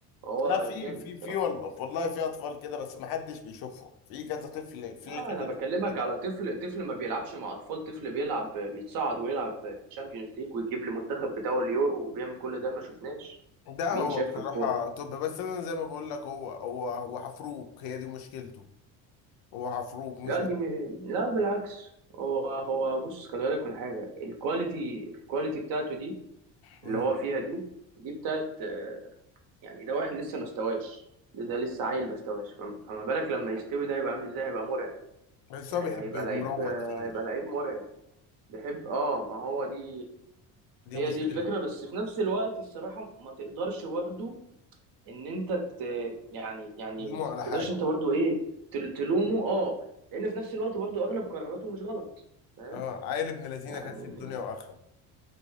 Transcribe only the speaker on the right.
هو
جامد
الصراحه
لا
انا بكلمك
على طفل طفل ما بيلعبش مع اطفال طفل بيلعب بيتصعد ويلعب تشامبيونز ليج ويجيب المنتخب بتاعه اليورو وبيعمل كل ده ما شفناش
مين
شاف
في الكوره
لا
دي م... لا بالعكس هو هو بص خلي بالك من حاجه الكواليتي الكواليتي بتاعته دي
اللي هو فيها دي دي بتاعت آه، يعني ده واحد لسه ما استواش ده, ده لسه عيل ما استواش فم- فما بالك لما يستوي ده هيبقى عامل ازاي هيبقى مرعب
يعني
هيبقى
لعيب آه،
هيبقى لعيب مرعب بيحب اه ما هو دي
هي
دي الفكرة بس في نفس الوقت الصراحة ما تقدرش برضه ان انت ت... يعني يعني
ما
تقدرش
انت برضه ايه تل- تلومه اه لان في نفس الوقت برضه اغلب قراراته مش غلط فاهم
يعني